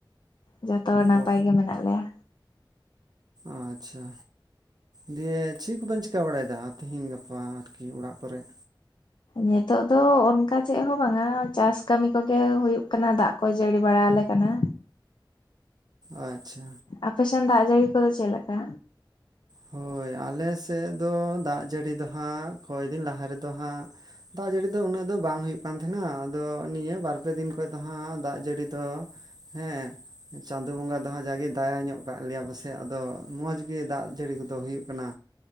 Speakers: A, on the left (about 65°); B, on the right (about 55°).
A: ᱡᱷᱚᱛᱚ ᱦᱚᱲ ᱱᱟᱯᱟᱭ
B: ᱚ
A: ᱜᱮ ᱢᱮᱱᱟᱜ ᱞᱮᱭᱟ᱾
B: ᱟᱪᱷᱟ᱾ ᱫᱤᱭᱮ ᱪᱮᱫ ᱠᱚᱵᱤᱧ ᱪᱤᱠᱟᱹ ᱵᱟᱲᱟᱭᱮᱫᱟ ᱛᱤᱦᱤᱧ ᱜᱟᱯᱟ ᱟᱨᱠᱤ ᱚᱲᱟᱜ ᱠᱚᱨᱮᱜ?
A: ᱱᱤᱛᱚᱜ ᱫᱚ ᱚᱱᱠᱟ ᱪᱮᱫ ᱦᱚᱸ ᱵᱟᱝ-ᱟ, ᱪᱟᱥ ᱠᱟᱹᱢᱤ ᱠᱚᱜᱮ ᱦᱩᱭᱩᱜ ᱠᱟᱱᱟ ᱫᱟᱜ ᱠᱚ ᱡᱟᱹᱲᱤ ᱵᱟᱲᱟ ᱟᱞᱮ ᱠᱟᱱᱟ᱾
B: ᱟᱪᱷᱟ᱾
A: ᱟᱯᱮᱥᱮᱱ ᱫᱟᱜ ᱡᱟᱹᱲᱤ ᱠᱚᱫᱚ ᱪᱮᱫ ᱞᱮᱠᱟ?
B: ᱦᱳᱭ ᱟᱞᱮ ᱥᱮᱫ ᱫᱚ ᱫᱟᱜ ᱡᱟᱹᱲᱤ ᱫᱚ ᱦᱟᱸᱜ ᱠᱚᱭ ᱫᱤᱱ ᱞᱟᱦᱟ ᱨᱮᱫᱚ ᱦᱟᱸᱜ ᱫᱟᱜ ᱡᱟᱹᱲᱤ ᱫᱚ ᱩᱱᱟᱹᱜ ᱫᱚ ᱵᱟᱝ ᱦᱩᱭᱩᱜ ᱠᱟᱱ ᱛᱟᱦᱮᱸᱱᱟ ᱟᱫᱚ ᱱᱤᱭᱟᱹ ᱵᱟᱨ ᱯᱮ ᱫᱤᱱ ᱠᱷᱚᱭᱜ ᱫᱚ ᱦᱟᱸᱜ ᱫᱟᱜ ᱡᱟᱹᱲᱤ ᱫᱚ ᱦᱮᱸ ᱪᱟᱸᱫᱳ ᱵᱚᱸᱜᱟ ᱫᱚᱦᱟᱸᱜ ᱡᱟᱜᱮ ᱫᱟᱭᱟ ᱧᱚᱜ ᱠᱟᱜ ᱞᱮᱭᱟ ᱯᱟᱥᱮᱡ ᱟᱫᱚ ᱢᱚᱸᱡᱽ ᱜᱮ ᱫᱟᱜ ᱡᱟᱹᱲᱤ ᱠᱚᱫᱚ ᱦᱩᱭᱩᱜ ᱠᱟᱱᱟ